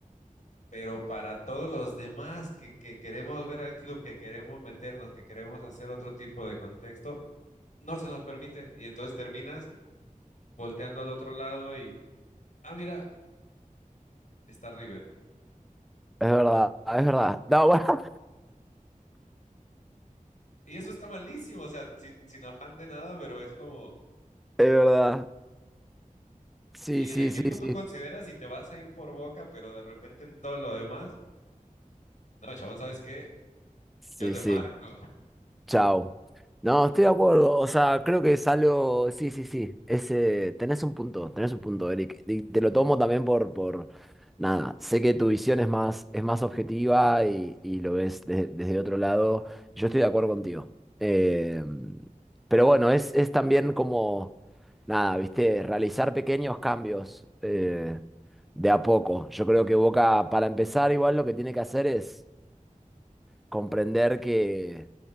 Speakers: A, on the left; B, in the centre.
A: Pero para todos los demás que, que queremos ver al club, que queremos meternos, que queremos hacer otro tipo de contexto, no se nos permite. Y entonces terminas volteando al otro lado y, ah, mira, está River.
B: Es verdad, es verdad. No, bueno,
A: Y eso está malísimo, o sea, sin, sin afán de nada, pero es como,
B: <laughs> es verdad. Sí,
A: y
B: sí,
A: en equipo
B: sí, sí.
A: tú consideras y te vas a ir por Boca, pero de repente en todo lo demás, no, chabón, ¿sabes qué?
B: Sí,
A: Yo te
B: sí.
A: marco.
B: Chao. No, estoy de acuerdo. O sea, creo que es algo. Sí, sí, sí. Ese... Tenés un punto, tenés un punto, Eric. Y te lo tomo también por, por. Nada. Sé que tu visión es más, es más objetiva y, y lo ves de- desde otro lado. Yo estoy de acuerdo contigo. Eh, Pero bueno, es, es también como. Nada, viste, realizar pequeños cambios eh, de a poco. Yo creo que Boca, para empezar, igual lo que tiene que hacer es comprender que